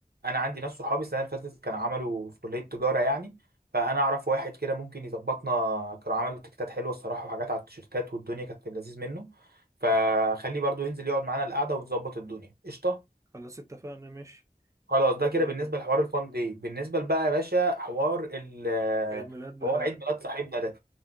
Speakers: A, on the right; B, on the right.
A: انا عندي ناس صحابي السنه اللي فاتت كانوا عملوا في كليه تجاره يعني فانا اعرف واحد كده ممكن يظبطنا كانوا عملوا تيكتات حلوه الصراحه وحاجات على التيشيرتات والدنيا كانت في اللذيذ منه فخليه برضو ينزل يقعد معانا القعده ونظبط الدنيا قشطه
B: خلاص اتفقنا ماشي
A: خلاص
B: وعيد
A: ده كده بالنسبه
B: ميلاد
A: لحوار الفان دي بالنسبه بقى يا باشا حوار ال
B: عيد ميلاد بهاء
A: حوار عيد ميلاد صاحبنا ده